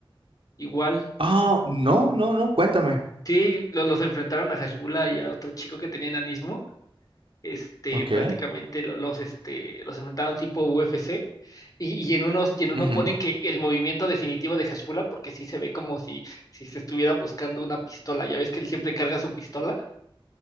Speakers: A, on the left (about 40°); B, on the right (about 70°).
A: igual.
B: Oh, no, no, no, cuéntame.
A: Sí, lo- los enfrentaron a Hashbula y a otro chico que tenía enanismo este,
B: Ok.
A: prácticamente lo- los, este, los enfrentaron tipo UFC. Y, y en unos, y en uno
B: Ujú,
A: ponen que el movimiento definitivo de Hashbula, porque sí se ve como si, si se estuviera buscando una pistola. Ya ves que él siempre carga su pistola